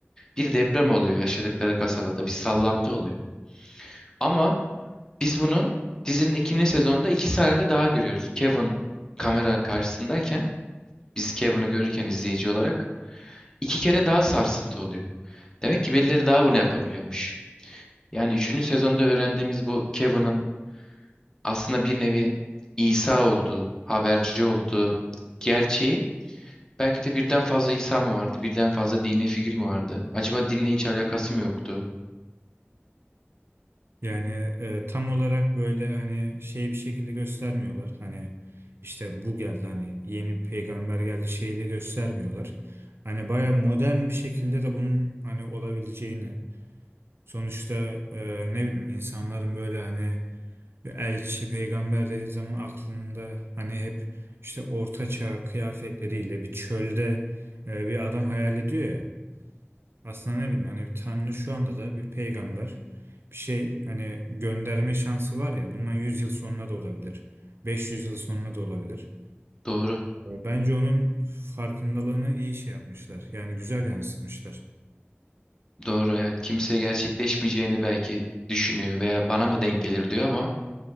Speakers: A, on the left; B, on the right.
A: bir deprem oluyor yaşadıkları kasabada. Bir sallantı oluyor. Ama biz bunu dizinin ikinci sezonda iki sahnede daha görüyoruz. Kevin kamera karşısındayken biz Kevin'i görürken izleyici olarak iki kere daha sarsıntı oluyor. Demek ki birileri daha bunu yapabiliyormuş. Yani üçüncü sezonda öğrendiğimiz bu Kevin'ın aslında bir nevi İsa olduğu, haberci olduğu gerçeği belki de birden fazla İsa mı vardı, birden fazla dini figür mü vardı? Acaba
B: onun-
A: dinle hiç
B: onun
A: alakası
B: çok
A: mı yoktu?
B: iyi vermiyor. Yani e, tam olarak böyle hani şey bir şekilde göstermiyorlar. Hani işte bu geldi hani yeni peygamber geldi şeyle göstermiyorlar. Hani baya modern bir şekilde de bunun hani olabileceğini. Sonuçta e, ne bileyim insanların böyle hani bir elçi peygamber dediği zaman aklında hani hep işte orta çağ kıyafetleriyle bir çölde e, bir adam hayal ediyor ya. Aslında ne bileyim hani Tanrı şu anda da bir peygamber bir şey hani gönderme şansı var ya bundan 100 yıl sonra da olabilir. 500 yıl sonra da olabilir.
A: Doğru,
B: E, Bence onun farkındalığını iyi şey yapmışlar. Yani güzel yansıtmışlar.
A: doğru evet. Kimse gerçekleşmeyeceğini belki düşünüyor veya bana mı denk gelir diyor ama